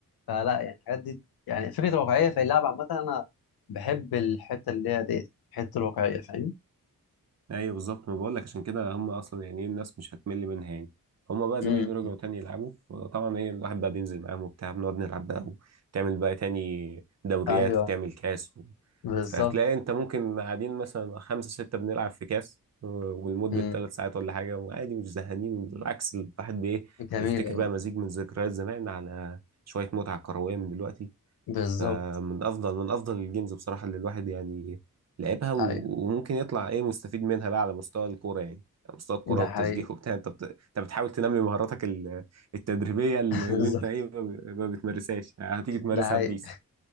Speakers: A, on the left; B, on the right.
A: فلا يعني الحاجات دي يعني فكره واقعيه في اللعب عامه انا بحب الحته اللي هي ديت الحته الواقعيه فاهم
B: ايوه بالظبط ما بقول لك عشان كده هم اصلا يعني ايه الناس مش هتمل منها يعني هم بقى
A: امم
B: زمايلي رجعوا تاني يلعبوا طبعا ايه الواحد بقى بينزل معاهم وبتاع بنقعد نلعب بقى وتعمل بقى تاني دوريات
A: ايوه
B: وتعمل كاس و...
A: بالظبط
B: فتلاقي انت ممكن قاعدين مثلا خمسة ستة بنلعب في كاس و- ولمدة
A: امم
B: ثلاث ساعات ولا حاجة وعادي مش زهقانين بالعكس الواحد بايه
A: جميله
B: بيفتكر
A: جميلة.
B: بقى مزيج من ذكريات زمان على شوية متعة كروية من دلوقتي
A: بالظبط
B: فمن افضل من افضل الجيمز بصراحة اللي الواحد يعني لعبها و-
A: ايوه
B: وممكن يطلع ايه مستفيد منها بقى على مستوى الكوره يعني على مستوى الكوره
A: ده
B: والتشجيع
A: حقيقي
B: وبتاع انت بت... انت بتحاول تنمي مهاراتك ال- التدريبيه اللي
A: <laughs> بالظبط
B: اللي انت ايه ما ب- ما بتمارسهاش هتيجي تمارسها
A: ده حقيقي
B: في بيس